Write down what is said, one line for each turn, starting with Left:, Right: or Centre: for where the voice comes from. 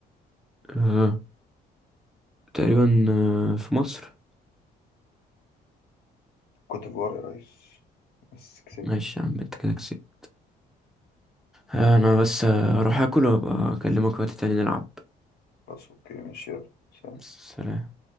Centre: آه. تقريبا آه. في مصر
Left: كوت ديفوار يا ريس بس كسبت
Centre: ماشي يا عم انت كده كسبت آه، انا بس آه، اروح اكل وابقى اكلمك وقت تاني نلعب
Left: خلاص اوكي ماشي يلا سلام.
Centre: سلام